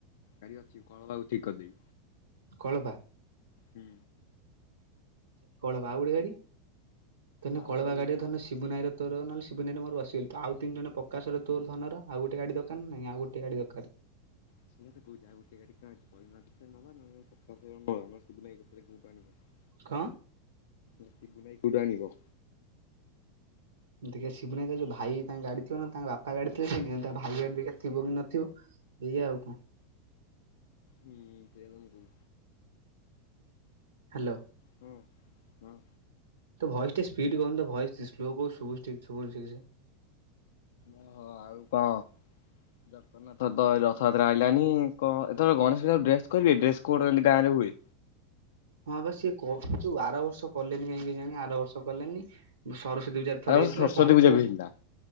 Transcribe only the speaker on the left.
ଗାଡ଼ି ଅଛି କଳ <unintelligible> ଠିକ୍ କରିଦେବି।
ହୁଁ।
ଆଉ ଗୋଟେ
ଗାଡି
ପଛେ
<unintelligible>
ସିବୁନୁ ଭାଇ କୋଉଟୁ ଆଣିବ?
ହୁଁ ସେଇଆ ତ ମୁଁ କଉ
ହଁ ହଁ।
ଓହୋ ଆଉ କଣ <unintelligible> ଏଥର ତ ରଥଯାତ୍ରା ଆଇଲାଣି କଁ ଏଥର ଗଣେଷ ପୂଜା କୁ ଡ୍ରେସ କରିବେ ଡ୍ରେସ୍ କୋର୍ଡ ଏମିତି ଗାଁ ରେ ହୁଏ।
ଆର
ବର୍ଷ
ସରସ୍ଵତୀ
ପୂଜାକୁ
ହେଇଥିଲା।